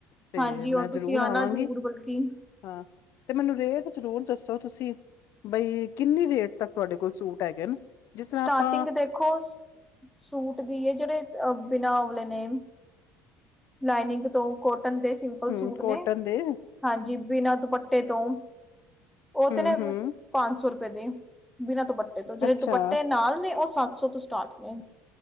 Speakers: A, on the left (about 50°); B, in the centre.
A: ਤੇ
B: ਹਾਂਜੀ
A: ਮੈਂ,
B: ਹੁਣ
A: ਜਰੂਰ
B: ਤੁਸੀਂ ਆਣਾ
A: ਆਵਾਂਗੀ।
B: ਜ਼ਰੂਰ ਬਲਕਿ
A: ਹਾਂ। ਤੇ ਮੈਨੂੰ ਰੇਟ, ਜਰੂਰ ਦਸੋ ਤੁਸੀ। ਬਈ ਕਿਨੀ ਰੇਟ ਤੱਕ। ਤੁਹਾਡੇ ਕੋਲ ਸੂਟ ਹੈਗੇ ਨੇ ਜਿਸ ਤਰ੍ਹਾਂ
B: ਸਟਾਰਟਿੰਗ
A: ਆਪਾਂ
B: ਦੇਖੋ ਸੂਟ ਦੀ ਹ ਜਿਹੜੇ ਅ ਬਿਨਾ ਅਵਲੇ ਨੇ ਲਾਈਨਿੰਗ ਤੋਂ, ਕੋਟਨ ਦੇ ਸਿੰਪਲ
A: ਹੂੰ-ਹੂੰ
B: ਸੂਟ
A: ਕੋਟਨ
B: ਨੇ।
A: ਦੇ
B: ਹਾਂਜੀ, ਬਿਨਾਂ ਦੁਪੱਟੇ। ਤੇ, ਤੋਂ ਉਹ
A: ਹੂੰ-ਹੂੰ,
B: ਤੇ ਨਾ, ਪੰਜ ਸੌ ਰੁਪਏ ਦੇ। ਬਿਨਾ ਦੁਪੱਟੇ। ਤੇ ਜਿਹੜੇ
A: ਅੱਛਾ,
B: ਦੁਪੱਟੇ, ਨਾਲ ਨੇ ਉਹ, ਸੱਤ ਸੋ ਤੋ ਸਟਾਰਟ ਨੇ।